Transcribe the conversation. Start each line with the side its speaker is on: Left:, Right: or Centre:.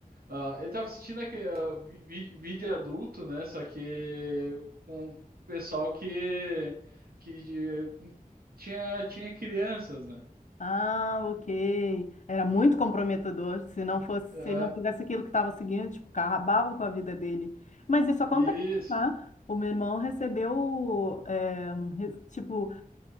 Right: ah, ele tava assistindo aquele, ah, vi- vi- vídeo adulto, né? Só que com o pessoal que, que eh, com- tinha, tinha crianças, né?
Left: Ah, ok. Era muito comprometedor. Se não fosse,
Right: É,
Left: se ele não fizesse aquilo que estava seguindo, tipo, acabava com a vida dele. Mas isso acontece,
Right: isso.
Left: tá? O meu irmão recebeu, eh, re- tipo,